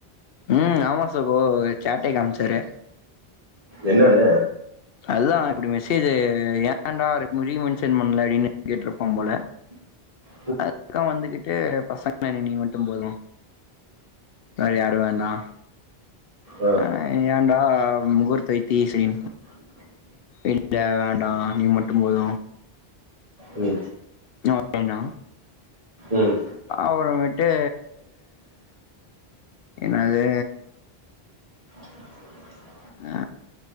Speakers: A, on the left (about 70°); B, on the right (about 35°).
A: ம் ஆமா சகோ சட்டே காம்ச்சாரு
B: என்னனு
A: அதா இப்டி மெசேஜு ஏன்டா ரீ மென்ஷன் பண்ல அப்டின் கேட்ருப்பாம் போல
B: <unintelligible>
A: அதுதா வந்துகிட்டு பசங்க வேணா நீ மட்டும் போது வேற யாரு வேண்டா
B: ஓ
A: நா ஏன்டா முகூர்த்த வைத்திஸ்வரின்
B: ஆ <unintelligible>
A: இல்ல வேண்டா நீ மட்டும் போது
B: ம்
A: இன்னோ நைனா
B: ம்
A: அப்றமேட்டு என்னது
B: <unintelligible>
A: அ